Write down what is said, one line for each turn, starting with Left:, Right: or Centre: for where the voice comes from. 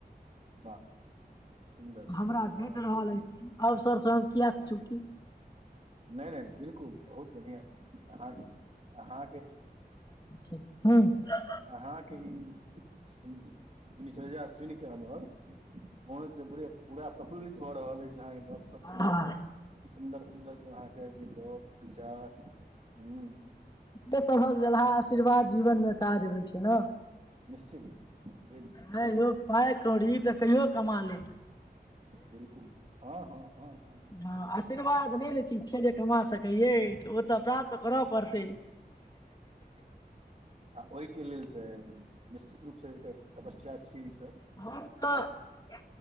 Right: वाह सुन्दर
Left: हमरा
Right: सुन्दर
Left: भेट
Right: हँ
Left: रहल अछि ओर सर सर हम किए चुकि
Right: नहि नहि बिलकुल बहुत बढ़िआँ अहाँ अहाँके
Left: <unintelligible> <unintelligible>
Right: अहाँ के ई सुन दिनचर्या सुनि कऽ हमर मन पूरा प्रफुल्लित भऽ रहल अछय अहा के गप सब सुन
Left: ह
Right: के सुन्दर सुन्दर क अहाँके जे गप विचार हू
Left: ऐत सभव जलहा आशीर्वाद जीवन मे काज भय छै न
Right: निश्चित जे
Left: ह लोग पाइ कौड़ी तऽ कहियो कमा ले
Right: बिलकुल हँ हँ हँ
Left: हँ आशीर्वाद नय ले छी छै जे कमा सकै अछि ओ तऽ प्राप्त करऽ पड़तै
Right: आ ओहिके लेल तऽ निश्चित रूप से एकटा तपस्या छियै ई सभ
Left: हम तऽ